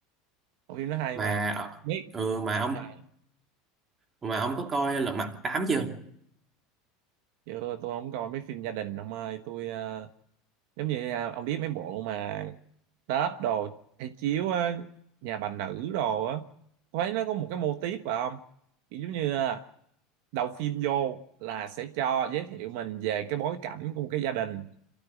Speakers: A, on the right; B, on the right.
A: Bộ phim nó hay
B: mà
A: mà biết
B: ừ, mà ông
A: à,
B: mà ông có coi Lật Mặt tám chưa
A: chứ tôi không coi mấy phim gia đình ông ơi tôi ờ, giống như ờ, ông biết mấy bộ mà Tết đồ hay chiếu á, nhà bà nữ đồ á tôi thấy nó có một cái mô típ phải không kiểu giống như ờ, đầu phim vô là sẽ cho giới thiệu mình về cái bối cảnh của một cái gia đình